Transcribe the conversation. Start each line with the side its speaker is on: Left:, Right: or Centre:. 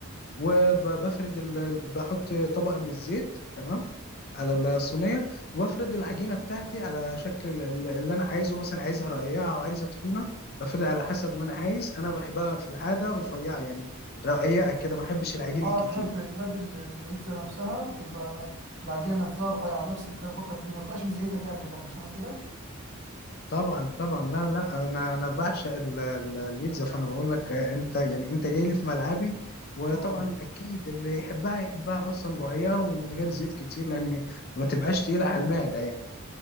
Left: وبفرد ال... بحط طبقة من الزيت تمام على الصينية وبفرد العجينة بتاعتي على شكل ال- ال- اللي أنا عايزه مثلا عايزها رقيقة أو عايزها تخينة بفرد على حسب ما أنا عايز أنا بحبها في العادة رفيعة يعني رقيقة كده ما بحبش العجين
Right: اه
Left: الكتير
Right: تحب تحب ال- البيتزا نفسها تبقى العجينه نفسها رفيعه نفس اللي انت بتفكر فيه وما تبقاش مزيتها جامد برضه صح كده
Left: طبعا طبعا لا لا أنا أنا بعشق ال- ال- البيتزا فأنا بقول لك آه، أنت يعني أنت جاي لي في ملعبي وطبعا
Right: اه
Left: اكيد اللي يحبها يحبها اصلا رقيقه ومن غير زيت كتير لان ما تبقاش تقيله على المعده يعني